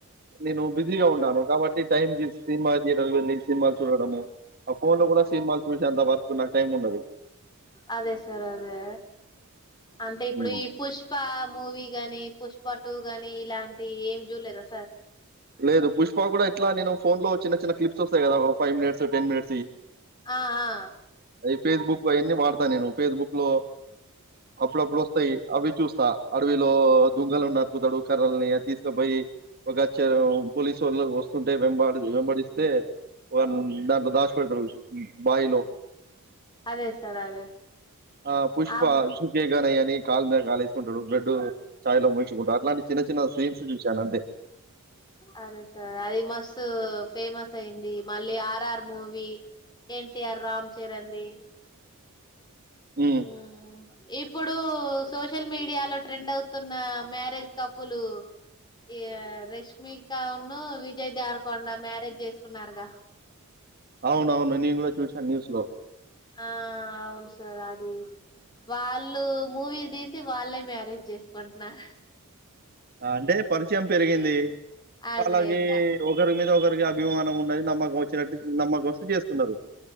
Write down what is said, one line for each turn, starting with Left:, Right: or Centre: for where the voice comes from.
Right: నేను బిజీగా ఉంటాను కాబట్టి టైంకి సిన్ మా థియేటర్ కి వెళ్ళి సిన్ మాల్ చూడడము ఆ ఫోన్ లో గూడ సిన్ మాల్ చూశెంత వర్ క్ నాక్ టైం ఉండదు
Left: అదే సార్ అదే అంటే ఇప్పుడు
Right: హ్మ్.
Left: ఈ పుష్పా మూవీ గాని పుష్పా టూ గాని ఇలాంటి ఏవి జూడ్ లేదా సార్
Right: లేదు పుష్ప గూడా ఇట్లా నేను ఫోన్ లో చిన్న చిన్న క్లిప్స్ ఒస్తయి గదా ఒ ఫై మినిట్స్ టెన్ మినిట్స్ యి
Left: ఆ ఆ
Right: అది ఫేస్ బుక్ అయన్ని వాడతా నేను ఫేస్ బుక్ లో అప్పుడప్పుడు ఒస్తయి అవి చూస్తా అడవిలో దుంగలను నరుకుతడు కరల్ ని అద్ తీస్ కపోయి ఒక చరవ్ పోలీసొళ్ళ వో స్ స్తుంటే వెంబాడి వెంబడిస్తే వన్ దాంట్లో దాచ్ పెడతడు బాయిలో
Left: అదే సార్ అదే
Right: ఆ పుష్
Left: ఆమ్
Right: ప జుకే గనై ఏ ని కాళ్ మీద్ కాలేసుకుంటడు బ్రెడ్ చాయ్ లో ముంచుకుంటా అట్లాంటి చిన్న చిన్న సీన్స్ జుసాను అంతే
Left: అదే సార్ అది మస్త్ ఫేమస్ అయింది మళ్ళీ RR movie NTR Ram Charan ది
Right: హ్మ్.
Left: ఉమ్ ఇప్పుడు సోషల్ మీడియా లో ట్రెండ్ అవుతున్న మ్యారేజ్ కపులు ఈ రేష్ మీక ఔను విజయ్ దేవర్ కొండా మ్యారేజ్ జేస్ కున్నారుగా
Right: ఔన్ ఔన్ నేన్ గూడా చూసాను న్యూస్ లో
Left: ఆ ఔన్ సార్ ఆది వాళ్ళు మూవీ దీసి వాళ్ళే మ్యారేజ్ జెస్ కుంట్ నర్
Right: ఆ అంటే పర్ చయం పెరిగింది
Left: అదే
Right: వాళ్ళకి
Left: ఇంగా
Right: ఒకరి మీద ఒకర్ ఇగ అభిమానం ఉన్నది నమ్మకం వచ్చినట్టు నమ్మక్ ఒస్తే చేసుకున్నరు